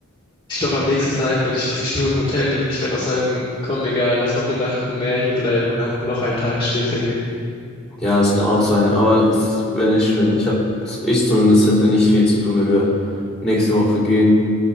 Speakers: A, on the left; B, in the centre.
A: Ich glaube, am nächsten Tag werde ich wirklich nur im Hotel liegen. Ich werde noch sagen, komm, egal, lass noch eine Nacht mehr hier bleiben und einfach noch einen Tag später gehen.
B: Ja, es kann auch sein, aber es wäre nicht schlimm. Ich hab, ich zumindest hätte nicht viel zu tun, wenn wir nächste Woche gehen.